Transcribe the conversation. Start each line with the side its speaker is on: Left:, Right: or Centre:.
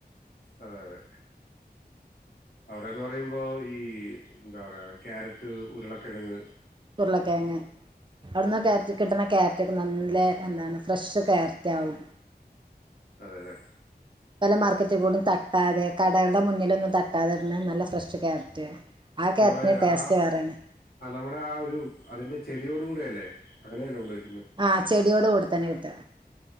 Left: അതെ അതെ അവിടെന്ന് പറയുമ്പോ ഈ എന്താ പറയാ ക്യാരറ്റ്, ഉരുളക്കെഴങ്ങ്
Right: ഉരുളക്കെഴങ്ങ് അവിടുന്ന് ക്യാരറ്റ് കിട്ടണ ക്യാര റ്റൊക്കെ നല്ല എന്താണ് ഫ്രഷ് ക്യാരറ്റാവും
Left: അതേല്ലെ
Right: പല മാർക്കറ്റ്ക്കൂടി തട്ടാതെ കടയുടെ മുന്നിലൊന്നും ത ട്ടാതന്നെ നല്ല ഫ്രഷ് ക്യാരറ്റ് ആ ക്യാരറ്റിന്റെ
Left: നമ്മളെ
Right: ടേസ്റ്റ്
Left: ആ
Right: വേറെയാണ്
Left: നമ്മുടെ ആ ഒരു അതിന്റെ ചെ ടിയോടു കൂടെയല്ലേ അങ്ങെനാണ്ട് കൊണ്ടോയി
Right: ആ ചെടിയോട് കൂടത്തന്നെ കിട്ടാ